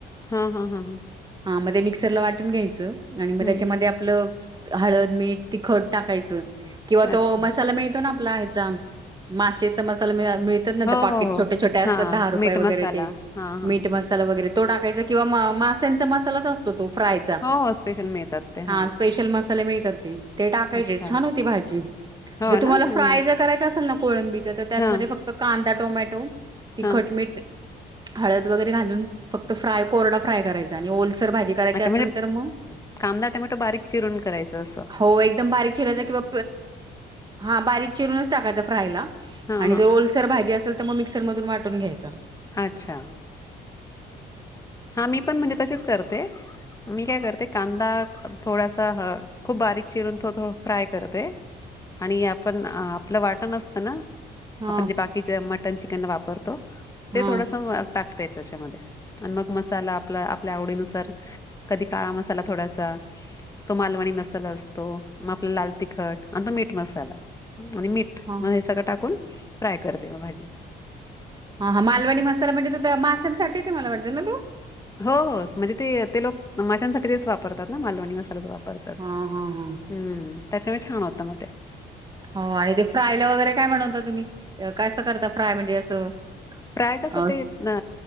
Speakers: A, on the left; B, on the right.
A: हा हा हा हा.
B: हा मध्ये मिक्सरला वाटून घ्यायचं. आणि मग
A: हम्म
B: त्याच्यामध्ये आपलं हळद, मीठ, तिखट टाकायचं किंवा तो
A: अच्छा
B: मसाला मिळतो ना चा माशचा मसाला मि मिळतात ना.
A: हो
B: तर पाकिट
A: हो हो
B: छोट्या छोट्या असतात
A: हा
B: दहा रुपये
A: मीठ
B: वगैरे
A: मसाला
B: ते
A: हा हा
B: मीट मसाला वगैरे तो टाकायचा किंवा म मासांचा मसालाच असतो तो फ्राय चा.
A: हो, हो. स्पेशल मिळतात ते.
B: ह
A: हां.
B: स्पेशल म मसाला मिळतात ते. ते टाकायचे
A: अच्छा.
B: छान होती भाजी.
A: हो
B: जर तुम्हाला
A: ना? हं.
B: फ्राय जर करायच असेल ना? कोळंबीचा तर त्यातमध्ये
A: हां,
B: फक्त कांदा, टोमॅटो ती
A: हां.
B: खटमीट हळद वगैरे घालून फक्त फ्राय कोरडा फ्राय करायचा. आणि ओ सर भाजी करायची
A: अच्छा
B: असेल
A: म्हणजे
B: तर मग
A: कांदा, टोमॅटो बारीक चिरून करायचं असं.
B: हो एकदम बारीक चिरायचा किंवा हा बारीक चिरूनच टाकायचा फ्रायला.
A: हां,
B: आणि
A: हां.
B: जर ओलसर भाजी असेल तर, मग मिक्सर मधून वाटून घ्यायच.
A: अच्छा. हा मी पण म्हणजे तशीच करते. मी काय करते कांदा थोडासा खूप बारीक चिरून थोडं थोडं फ्राय करते. आणि आपण आपलं वाटा नसतं ना?
B: हां
A: आपण जे बाकीचे मटन चिकनला वापरतो.
B: हां.
A: ते थोडस टाकतय त्याच्यामध्ये. आणि मग मसाला आपला आपल्या आवडीनुसार कधी काळा मसाला थोडासा. तो मालवणी मसाला असतो. मग आपला लाल तिखट आणि तो मीठ मसाला. आणि मीठ
B: हां
A: म्ह हे सगळं टाकून फ्राय करते म भाजी.
B: हा हा मालवणी मसाला म्हणजे तो माशांसाठीच मला वाटत ना तो?
A: हो होस म्हणजे ते लोक माशांसाठी तेच वापरतात ना मालवणी मसालाच वापरात.
B: हां हां हां.
A: हम्म त्याच्यामुळे छान होत मग ते.
B: हो आणि ते फ्रायला वगैरे काय म्हणवता तुम्ही? काय असं करता फ्राय म्हणजे असं?
A: फ्राय कस
B: अ
A: ते ना